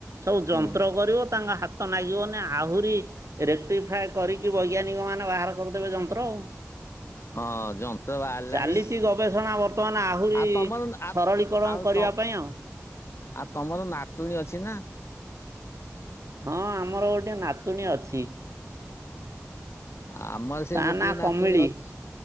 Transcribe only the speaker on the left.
ହୁଁ
ହଁ ଯନ୍ତ୍ର ବାହାରିଲାଣି
ଆଉ ତମର ଆ
ଆଉ
ତ
ଆଉ ତମର ନାତୁଣୀ ଅଛି ନା?
ଆମର ସେଇ
ଗୋଟିଏ
ନାତୁଣୀ
ଅଛି।